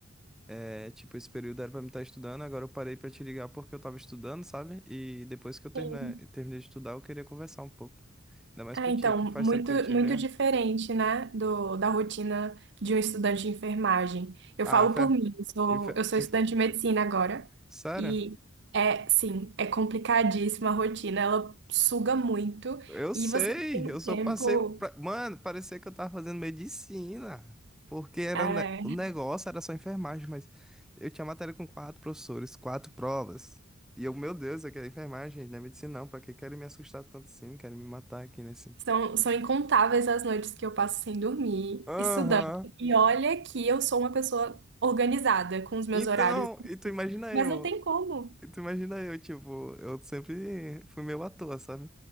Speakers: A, in the centre; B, on the right.
A: É, tipo, esse período era pra me estar estudando, agora eu parei pra te ligar porque eu tava estudando, sabe? E depois que eu terminei,
B: Sim.
A: terminei de estudar, eu queria conversar um pouco. Ainda mais
B: Ah,
A: contigo,
B: então,
A: que faz
B: muito,
A: tempo que eu não te
B: muito
A: vejo.
B: diferente, né, do, da rotina de um estudante de enfermagem. Eu
A: Ah,
B: falo
A: fé.
B: por mim, eu sou,
A: E fé-
B: eu sou
A: e
B: estudante
A: fé-
B: de medicina agora,
A: Sério?
B: e é, sim, é complicadíssima a rotina, ela suga muito,
A: Eu sei,
B: e você não tem
A: eu
B: tempo,
A: só passei pra... Mano, parecia que eu tava fazendo medicina. Porque era
B: é,
A: um ne- o negócio era só enfermagem, mas eu tinha matéria com quatro professores, quatro provas. E eu, meu Deus, eu quero enfermagem, não é medicina não. Pra que querem me assustar tanto assim? Querem me matar aqui nesse...
B: são, são incontáveis as noites que eu passo sem dormir,
A: Aham.
B: estudando. E olha que eu sou uma pessoa organizada com os meus
A: Então,
B: horários,
A: e tu imagina
B: mas
A: eu,
B: não tem como.
A: e tu imagina eu, tipo, eu sempre fui meio à toa, sabe?